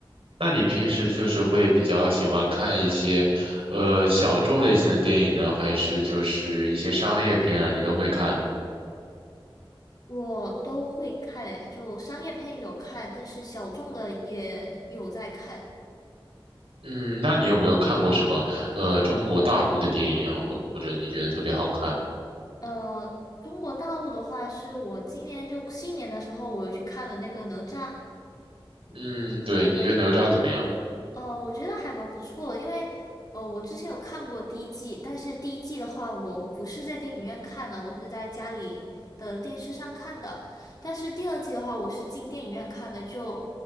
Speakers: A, on the right; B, on the left.
A: 那你平时就是会比较喜欢看一些，呃，小众类型的电影呢，还是就是一些商业片啊，你都会看呢？
B: 我都会看诶，就商业片有看，但是小众的也有在看。
A: 嗯，那你有没有看过什么呃中国大陆的电影啊，或或者你觉得特别好看？
B: 呃，中国大陆的话，是我今年就新年的时候，我有去看了那个哪吒。
A: 嗯，对，你觉得哪吒怎么样？
B: 对呃，我觉得还蛮不错的，因为呃，我之前有看过第一季，但是第一季的话，我不是在电影院看的，我是在家里的电视上看的。但是第二季的话，我是进电影院看的，就